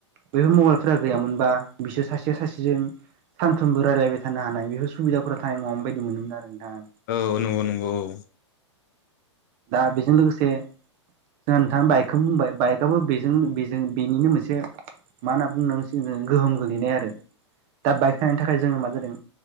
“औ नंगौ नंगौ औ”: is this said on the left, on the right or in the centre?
Left